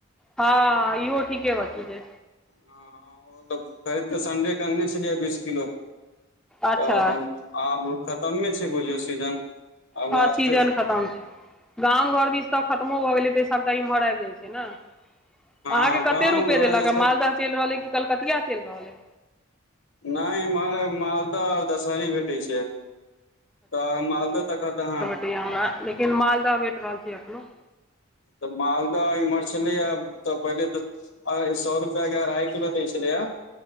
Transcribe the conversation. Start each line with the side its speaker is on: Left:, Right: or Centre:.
Centre: हां ईहो ठीके बात छै जे
Left: हां उ त खरीदकेऽ संडे के आननै छलिए बीस किलो
Centre: अच्छा
Left: तऽ अपन आब उ खत्मे छै बुझियौ सीजन। आब
Centre: हां
Left: लास्टे
Centre: सीजन खत्म छै, गाम घर दिश तै खत्मो भऽ गेल हेतय सबटा इम्हर आएब जाए छै नै।
Left: हँ
Centre: अहाँके कते
Left: गाम
Centre: रुपए
Left: घर
Centre: देलक
Left: जे
Centre: हें
Left: छै
Centre: मालदह चैल रहल ऐ की कलकतिया चैल रहल ऐ?
Left: नै ईम्हर मालदह आर दशहरी भेटय छै। तब मालदह तै कहत अहां
Centre: दै यै हमरा लेकिन मालदह भेट रहल छै एखनो।
Left: तऽ मालदह इम्हर छलै यै तऽ पहिले तै अए सौ रुपया के अरहाय किलो दै छलय यै।